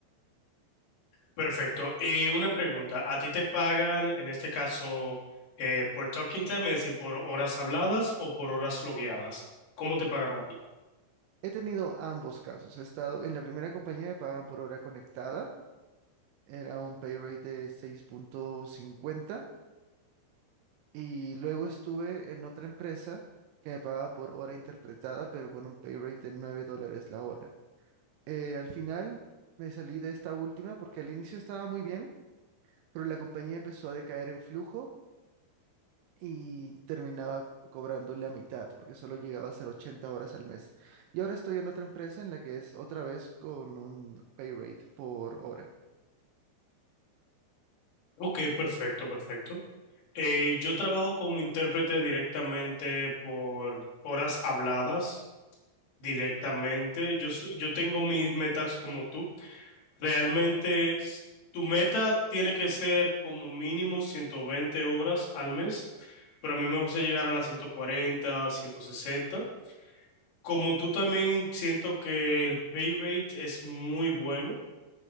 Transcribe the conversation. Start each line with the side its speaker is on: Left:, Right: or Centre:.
Left: Perfecto. Y una pregunta, ¿a ti te pagan en este caso eh, por talking time, es decir, por horas habladas o por horas logueadas? ¿Cómo te pagan a ti?
Right: He tenido ambos casos. He estado en la primera compañía me pagaban por hora conectada, era un pay rate de 6.50 Y luego estuve en otra empresa que me pagaba por hora interpretada, pero con un pay rate de 9 dólares la hora. Eh, al final me salí de esta última porque al inicio estaba muy bien, pero la compañía empezó a decaer en flujo y terminaba cobrando la mitad porque solo llegaba a ser 80 horas al mes. Y ahora estoy en otra empresa en la que es otra vez con un pay rate por hora.
Left: Ok, perfecto, perfecto. Eh, yo trabajo como intérprete directamente por horas habladas, directamente. Yo, soy- yo tengo mis metas como tú. Realmente, s- tu meta tiene que ser como mínimo 120 horas al mes, pero a mí me gusta llegar a las ciento cuarenta, ciento sesenta. Como tú también siento que el pay rate es muy bueno,